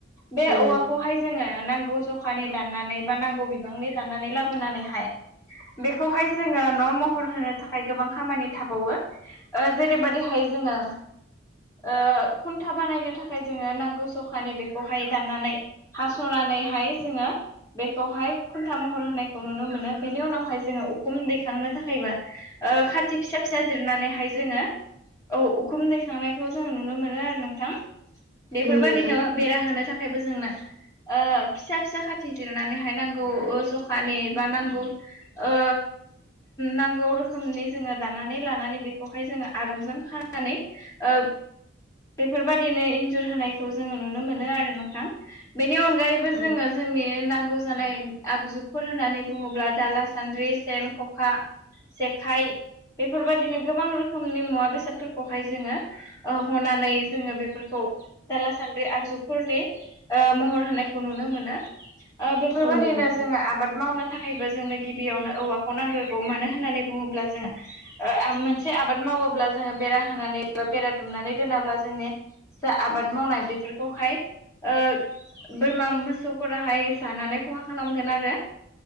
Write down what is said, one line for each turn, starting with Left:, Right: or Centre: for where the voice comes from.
Left: बे
Right: औ
Left: औवाखौहाय
Right: नोंथां
Left: जोङो नांगौ जखानि दाननानै बा नांगौ बिबांनि दाननानै लाबोनानैहाय बेखौहाय जोङो न' महर होनो थाखाय गोबां खामानि थाबावो। जेरैबायदिहाय जोङो ओ खुन्था बानायनो थाखाय जोङो नांगौ सखानि बेखौहाय दाननानै हास'नानैहाय जोङो बेखौहाय खुन्था महर होनायखौ नुनो मोनो बेनि उनावहाय जोङो उखुम दैखांनो थाखायबो ओ खाथि फिसा फिसा जिरनानैहाय जोङो औ उखुम दैखांनायखौ जोङो नुनो मोनो आरो। नोंथां बेफोरबायदिनो
Right: औ नोंथां
Left: बेरा होनो थाखायबो जोंनो ओ फिसा फिसा खाथि जिरनानैहाय नांगौ जखानि बा नांगौ ओ नांगौ रोखोमनि जोङो दानानै लानानै बेखौहाय जोङो आरंजों खानानै ओ बेफोरबायदिनो इन्जुर होनायखौ जोङो नुनो मोनो आरो नोंथां। बेनि अनगायैबो
Right: औ
Left: जोङो जोंनि नांगौ जानाय आगजुफोर होननानै बुङोब्ला दाला सान्द्रि सेन खखा जेखाइ बेफोरबायदिनो गोबां रोखोमनि मुवा बेसादफोरखौहाय जोङो ओ हनानै जोङो बेफोरखौ दाला सान्द्रि आगजुफोरनि ओ महर होनायखौ नुनो मोनो बेफोरबायदिनो
Right: औ नोंथां
Left: जोङो आबाद मावनो थाखायबो जोंनो गिबियावनो औवाखौ नांग्रोगौ मानो होननानै बुङोब्ला जोङो ओ मोनसे आबाद मावोब्ला जोङो बेरा होनानै बा बेरा दुमनानै दोनाब्ला जोंनि जा आबाद मावनाय बेफोरखौहाय ओ बोरमा मोसौफोराहाय जानानै खहा खालामगोन आरो